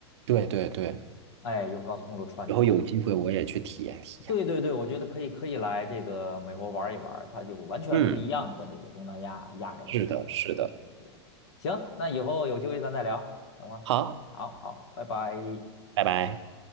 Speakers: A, on the right; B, on the left.
A: 对对对，
B: 哎，用高速公路串起来的。
A: 以后有机会我也去体验体验，
B: 对对对，我觉得可以可以来这个美国玩一玩，它就完全不一样，
A: 嗯，
B: 跟这个东南亚、亚洲这块儿。
A: 是的，是的，
B: 对对对，行，那以后有机会咱再聊，行吗？
A: 好，
B: 好好，拜拜。
A: 拜拜。